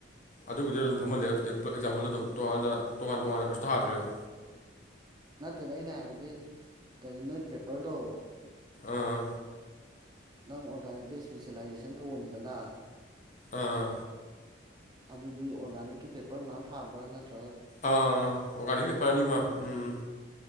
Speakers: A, on the left; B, on the right.
A: ꯑꯗꯨꯒꯤꯗꯤ ꯑꯗꯨꯝ ꯐꯝꯍꯜꯂꯦꯕ ꯄꯨꯂꯞ ꯑꯦꯛꯖꯥꯝꯈꯜꯗ ꯑꯗꯨꯝ ꯇꯣꯉꯥꯟꯅ ꯇꯣꯉꯥꯟ ꯇꯣꯉꯥꯟꯅ ꯀꯩꯁꯨ ꯊꯥꯗ꯭ꯔꯦꯕ
B: ꯅꯠꯇꯦꯗ ꯑꯩꯅ ꯍꯥꯏꯕꯗꯤ ꯀꯔꯤ ꯅꯣꯏ ꯄꯦꯄꯔꯗꯣ
A: ꯑꯥ
B: ꯅꯪ ꯑꯣꯔꯒꯥꯅꯤꯛꯇ ꯏꯁꯄꯤꯁꯦꯂꯥꯏꯖꯦꯁꯟ ꯇꯧꯕꯅꯤꯗꯅ
A: ꯑꯥ
B: ꯑꯗꯨꯗꯤ ꯑꯣꯔꯒꯥꯅꯤꯛꯀꯤ ꯄꯦꯄꯔ ꯉꯥꯛ ꯊꯥꯕ꯭ꯔꯥ ꯅꯠꯇ꯭ꯔꯥ
A: ꯑꯥ ꯑꯣꯔꯒꯥꯅꯤꯛ ꯄꯦꯄꯔ ꯑꯅꯤꯃꯛ ꯎꯝ